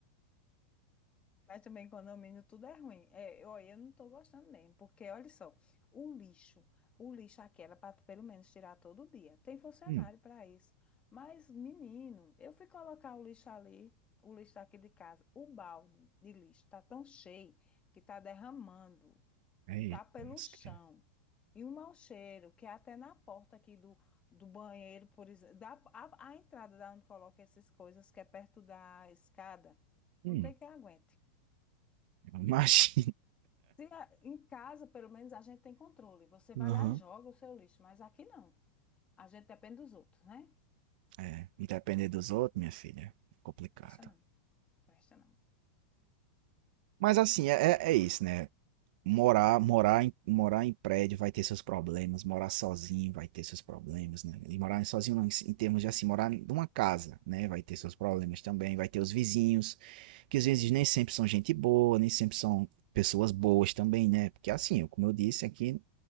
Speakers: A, on the left (about 20°); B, on the right (about 60°).
A: Mas também condomínio tudo é ruim. É, eu, olha, eu não estou gostando mesmo, porque olha só, o lixo, o lixo aqui era para pelo menos tirar todo dia. Tem funcionário
B: Hum,
A: para isso. Mas, menino, eu fui colocar o lixo ali, o lixo aqui de casa, o balde de lixo está tão cheio que está derramando.
B: aí,
A: tá pelo
B: lasqueira.
A: chão. E um mau cheiro, que é até na porta aqui do, do banheiro, por exemplo, da, a, a entrada da onde coloca essas coisas, que é perto da escada,
B: Hum,
A: não tem quem aguente.
B: <laughs> realmente, Imagina.
A: Se a- em casa, pelo menos, a gente tem controle. Você vai
B: Aham.
A: lá e joga o seu lixo, mas aqui não. A gente depende dos outros, né?
B: É, e depender dos outros, minha filha, é complicado.
A: Presta não, presta não.
B: Mas assim, é, é é isso, né? Morar, morar em, morar em prédio vai ter seus problemas, morar sozinho vai ter seus problemas, né? E morar sozinho não, em, em termos de assim, morar em uma casa, né? Vai ter seus problemas também, vai ter os vizinhos, que às vezes nem sempre são gente boa, nem sempre são pessoas boas também, né? Porque assim, como eu disse aqui,